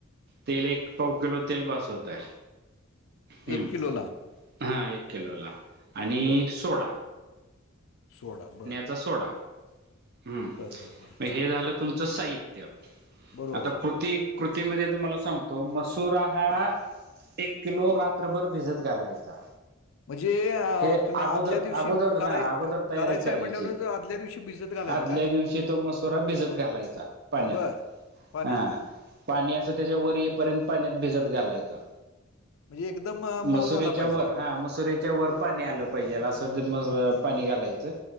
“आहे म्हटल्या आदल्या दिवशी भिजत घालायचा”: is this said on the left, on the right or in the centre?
Left